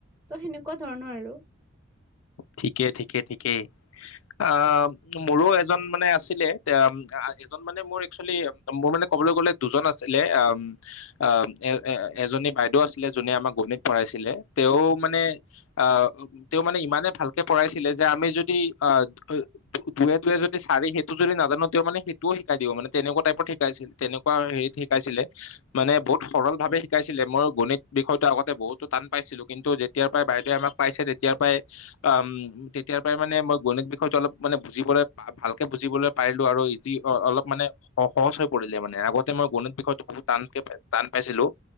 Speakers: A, on the right; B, on the left.
A: ত সেনেকুৱা ধৰণৰ আৰু।
B: ঠিকে ঠিকে ঠিকে আহ মোৰো এজন মানে আছিলে। এজন মানে মোৰ একচেলি মোৰ মানে কবলৈ গলে দুজন আছিলে আহ আহ এ এজনী বাইদেউ আছিলে যোনে আমাক গণিত পঢ়াইছিলে তেওঁ মানে আহ তেওঁ মানে। মানে ভালকে পঢ়াইছিলে। যে আমি যদি আহ দুয়ে, দুয়ে যদি চাৰি সেইটো যদি নাজানো তেওঁ মানে সেইটোও শিকাই দিব মানে। তেনেকুৱা টাইপত শিকাইছিল। তেনেকুৱা হেৰিত শিকাইছিলে মানে। বহুত সৰল ভাৱে শিকাইছিলে মই গণিত বিষয়টো আগতে বহুতো টান পাইছিলো। কিন্তু যেতিয়াৰ পৰাই বাইদৈ আমাক পাইছে তেতিয়াৰ পৰাই। উম,, তেতিয়াৰ পৰাই মানে মই গণিত বিষয়টো অলপ মানে বুজিবলৈ। অহ, ভালকে বুজিবলৈ পাই। এইটো আৰু ইজি অলপ মানে সহজ হৈ পৰিলে মানে। আগতে মই গণিত বিষয়তো বহুত টানকে টান পাইছিলো